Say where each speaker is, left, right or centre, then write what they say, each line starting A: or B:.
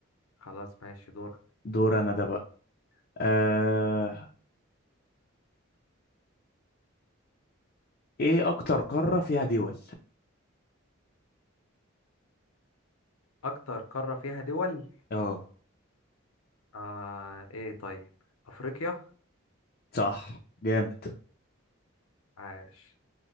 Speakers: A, on the left; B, on the left.
A: خلاص ماشي دور
B: دور انا ده بقى آه... ايه اكتر قارة فيها دول
A: اكتر قارة فيها دول
B: اه
A: آه ايه طيب افريقيا
B: صح جامد
A: عاش